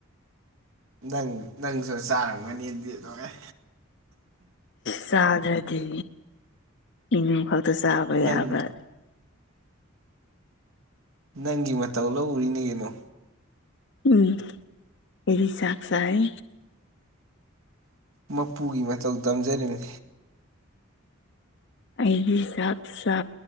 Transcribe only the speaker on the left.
ꯆꯥꯗ꯭ꯔꯗꯤ ꯏꯅꯨ ꯈꯛꯇ ꯆꯥꯕ
ꯌꯥꯕ꯭ꯔ
ꯎꯝ ꯐꯔꯤ ꯁꯥꯥꯛ ꯁꯥꯍꯥꯏ
ꯑꯩꯗꯤ ꯆꯥꯛ ꯆ